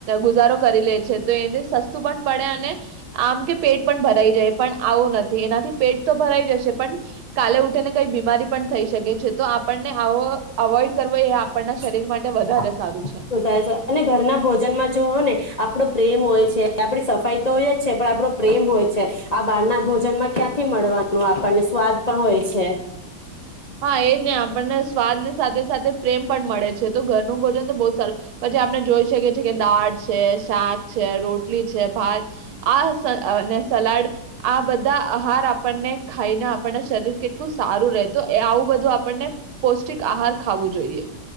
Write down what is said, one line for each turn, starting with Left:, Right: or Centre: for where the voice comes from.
Right: ગુઝારો કરી લે છે તો એને સસ્તું પણ પડે અને આમ કે પેટ પણ ભરાઈ જાય. પણ આવું નથી, એનાથી પેટ તો ભરાઈ જશે પણ કાલે ઉઠીને કઈ બીમારી પણ થઈ શકે છે, તો આપણને આવો અવોઈડ કરવો એ આપણના- શરીર
Left: <unintelligible>
Right: માટે વધારે સારું છે.
Left: છે અને ઘરના ભોજનમાં જોઓ ને આપડો પ્રેમ હોય છે, આપડી સફાઈ તો હોય જ છે, પણ આપણો પ્રેમ હોય છે, આ બહારના ભોજનમાં ક્યાંથી મળવાનું આપણને સ્વાદ પણ હોય છે.
Right: હા, એજ ને આપણને સ્વાદની સાથે સાથે પ્રેમ પણ મળે છે, તો ઘરનું ભોજન તો બહુ જ સારું, પછી આપને જોઈ શકીએ છે કે દાળ છે, શાક છે, રોટલી છે, ભાત આ સ અને સલાડ આ બધા આહાર આપણને ખાઈને આપણને શરીર કેટલું સારું રે. તો એ આવું બધું આપણને પૌષ્ટિક આહાર ખાવું જોઈએ.